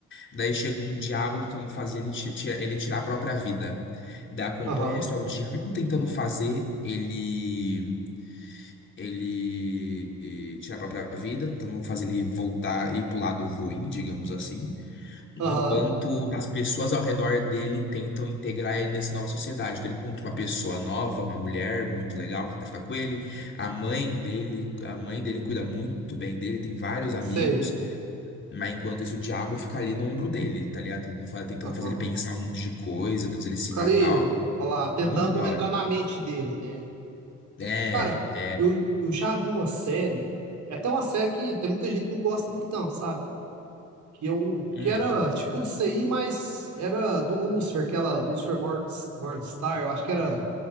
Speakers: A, on the left (about 40°); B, on the right (about 70°).
A: Daí chega um diabo tentando fazer ele, ti- tira- ele tirar a própria vida. Daí acompanha
B: aham.
A: a história do diabo tentando fazer ele ele eh, tirar a própria vida, tentando fazer ele voltar e ir pro lado ruim, digamos assim,
B: Aham,
A: enquanto as pessoas ao redor dele tentam integrar ele nessa nova sociedade. Então ele encontra uma pessoa nova, uma mulher muito legal que tenta ficar com ele, a mãe dele, a mãe dele cuida muito bem dele, tem vários amigos.
B: sei.
A: Mas enquanto isso, o diabo fica ali no ombro dele, tá ligado? Tentando fa- tentando
B: Aham.
A: fazer ele pensar um monte de coisa, tentando fazer ele se
B: Fica
A: matar.
B: ali, falar, tentando
A: Muito da
B: entrar
A: hora.
B: na mente dele, né?
A: É,
B: Cara,
A: é.
B: eu, eu já vi uma série, é até uma série que tem muita gente que não gosta muito não, sabe? Que eu,
A: Hum,
B: que era tipo disso aí, mas era do Lucifer, aquela Lucifer Mor- Morningstar, eu acho que era,